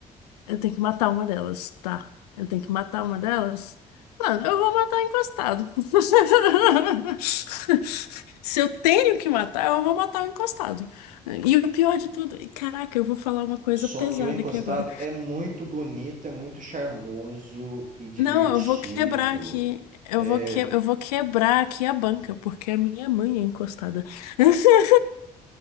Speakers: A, on the left (about 75°); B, on the right (about 40°).
A: Eu tenho que matar uma delas, tá? Eu tenho que matar uma delas? Mano, eu vou matar encostado. <laughs> Se eu tenho que matar, eu vou matar o encostado. E o pior de tudo, e caraca, eu vou falar uma coisa
B: Só
A: pesada
B: que o encostado
A: aqui agora.
B: é muito bonito, é muito charmoso e divertido.
A: Não, eu vou quebrar aqui. Eu
B: É,
A: vou, que... eu vou quebrar aqui a banca, porque a minha mãe é encostada. <laughs>